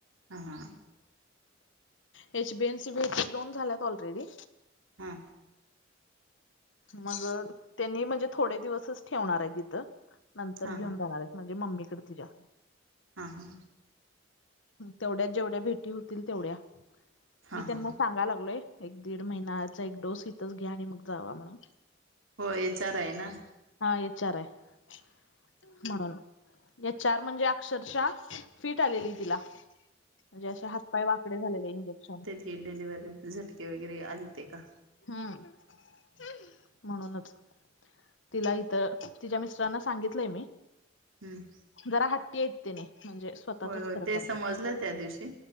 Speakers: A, on the right; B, on the left.
A: हा हा
B: याची एच बी एन सी ब दोन झाल्यात ऑलरेडी
A: हा
B: मग त्यांनी म्हणजे थोडे दिवसच ठेवणार आहे तिथं नंतर
A: हां
B: घेऊन
A: हां हां
B: जाणार आहे. म्हणजे मम्मीकडे तिझ्या,
A: हा हा
B: तेवढ्यात जेवढ्या भेटी होतील तेवढ्या मी
A: हां
B: त्यांना
A: हां
B: सांगा लागलोय. एक दीड महिनाचा एक डोस इिथंच घ्या आणि मग जावा म्हणून
A: हो हेचार आहे ना?
B: हा एचर आहे म्हणून. या एच आर म्हणजे अक्षरशः फिट आलेली तिला. म्हणजे अे हातपाय वाकडे झालेले इंजेक्शन,
A: हे डिलिव्ही झटके वगैरे आलेते का?
B: हम्म म्हणूनच तिला इथं तिच्या मिस्टरांना सांगितलंय मी
A: हम्म
B: जरा हट्टीइतेने म्हणजे स्वतःचच
A: होय होय
B: खरं
A: ते
B: करतात
A: समजलं त्या दिवशी